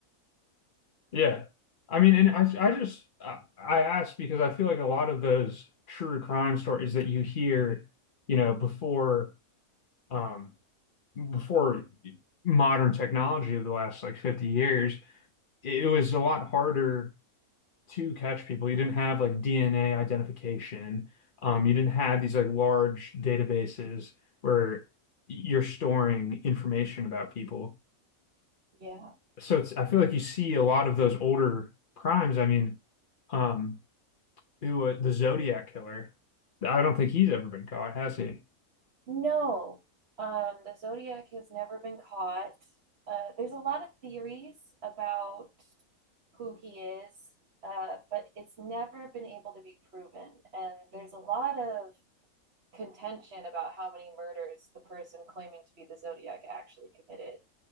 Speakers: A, on the left; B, on the right.
A: Yeah. I mean, and I, I just, I, I asked because I feel like a lot of those true crime stories that you hear, you know, before, um, before modern technology of the last like 50 years, it, it was a lot harder to catch people. You didn't have like DNA identification. Um, you didn't have these like large databases where you're storing information about people
B: Yeah.
A: so it's I feel like you see a lot of those older crimes. I mean, um, it was the Zodiac killer. I don't think he's ever been caught, has he?
B: No. Um, the Zodiac has never been caught. Uh, there's a lot of theories about who he is, uh, but it's never been able to be proven. And there's a lot of contention about how many murders the person claiming to be the Zodiac actually committed.